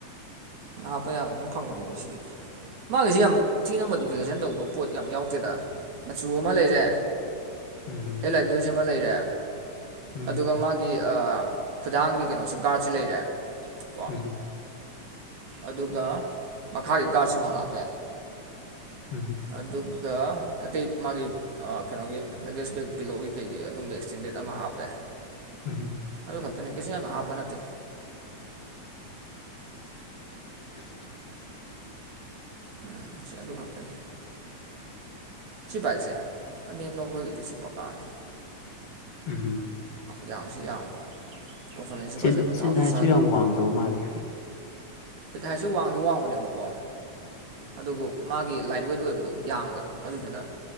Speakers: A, on the right (about 70°); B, on the left (about 55°).
A: ꯅꯍꯥꯞꯄ ꯌꯥꯕꯅꯦ ꯂꯣꯏ ꯐꯪꯕꯅꯤꯗ ꯁꯤꯗꯤ ꯃꯥꯒꯤꯁꯤ ꯑꯃꯨꯛ ꯊꯤꯅ ꯃꯣꯗꯤꯐꯤꯀꯦꯁꯟ ꯇꯧꯕ ꯄꯣꯠ ꯌꯥꯝ ꯌꯥꯎꯇꯦꯗ ꯃꯆꯨ ꯑꯃ ꯂꯩꯔꯦ
B: ꯎꯝ
A: ꯍꯦꯠ ꯂꯥꯏꯠ ꯒ꯭ꯂꯤꯁ ꯁꯤꯃ ꯂꯩꯔꯦ
B: ꯎꯝ
A: ꯑꯗꯨꯒ ꯃꯥꯒꯤ ꯑꯥ ꯈꯨꯗꯥꯡꯒꯤ ꯀꯩꯅꯣꯁꯤ ꯒꯥ꯭ꯔꯠꯁꯤ ꯂꯩꯔꯦ ꯀꯣ
B: ꯎꯝ
A: ꯑꯗꯨꯒ ꯃꯈꯥꯒꯤ ꯒꯥ꯭ꯔꯠ ꯁꯤꯃ ꯍꯥꯞꯄꯦ
B: ꯎꯝ
A: ꯑꯗꯨꯒ ꯑꯇꯩ ꯃꯥꯒꯤ ꯀꯩꯅꯣꯒꯤ ꯂꯒꯦꯖ ꯕꯦꯛ ꯄꯤꯂꯣꯒꯤ ꯀꯩꯒꯤ ꯑꯗꯨꯝꯕ ꯑꯦꯛꯁꯇꯦꯟꯗꯦꯠ ꯑꯃ ꯍꯥꯞꯄꯦ
B: ꯎꯝ
A: ꯑꯗꯨ ꯈꯛꯇꯅꯤ ꯀꯩꯁꯨ ꯌꯥꯝꯅ ꯍꯥꯞꯄ ꯅꯠꯇꯦ
B: <inaudible>
A: ꯎꯝ ꯁꯤ ꯑꯗꯨ ꯈꯛꯇꯅꯤ ꯁꯤ ꯕꯥꯏꯛꯁꯦ ꯑꯅꯦꯝꯕ ꯑꯩꯈꯣꯏꯒꯤꯗꯤ ꯁꯤ ꯄꯛꯀꯥꯅꯤ
B: ꯎꯝ ꯎꯝ
A: ꯌꯥꯡꯁꯨ ꯌꯥꯡꯕ ꯄꯔꯐꯣꯔꯃꯦꯟꯁꯁꯨ
B: ꯁꯤꯠ
A: ꯐꯖꯕ
B: ꯁꯤꯠ
A: ꯊꯥꯎꯁꯨ
B: ꯍꯥꯏꯠꯁꯨ
A: ꯆꯥꯗꯕ
B: ꯌꯥꯝ ꯋꯥꯡꯗꯕ ꯃꯥꯜꯂꯦ
A: ꯁꯤꯠ ꯍꯥꯏꯠꯁꯤ ꯋꯥꯡꯗꯤ ꯋꯥꯡꯕꯅꯦꯕꯀꯣ ꯑꯗꯨꯕꯨ ꯃꯥꯒꯤ ꯂꯥꯏꯠ ꯋꯦꯠ ꯑꯣꯏꯕꯗꯨ ꯌꯥꯡꯕꯗꯣ ꯑꯗꯨꯗꯨꯅ